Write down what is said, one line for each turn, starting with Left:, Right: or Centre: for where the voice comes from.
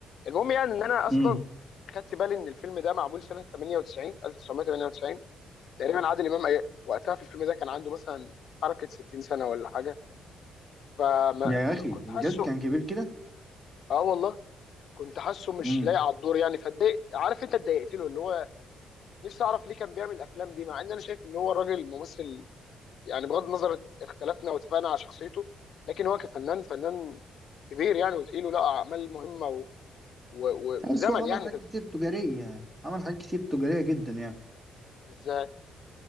Left: المهم يعني ان انا اصلا
Right: امم
Left: خدت بالي ان الفيلم ده معمول سنه 98 1998 تقريبا عادل امام أي- وقتها في الفيلم ده كان عنده مثلا حركه 60 سنه ولا حاجه فما
Right: يا
Left: ما-
Right: اخي
Left: كنت
Right: بجد
Left: حاسه
Right: كان كبير كده
Left: اه والله كنت حاسه مش
Right: امم
Left: لايق على الدور يعني فاتضايق عارف انت اتضايقت له اللي هو نفسي اعرف ليه كان بيعمل الافلام دي مع ان انا شايف ان هو راجل ممثل يعني بغض النظر اختلفنا واتفقنا على شخصيته لكن هو كفنان فنان كبير يعني وتقيل ولا اعمال مهمه و... و... و... وزمن
Right: بس هو عمل
Left: يعني
Right: حاجات
Left: انت بت-
Right: كتير تجاريه عمل حاجات كتير تجاريه جدا يعني
Left: ازاي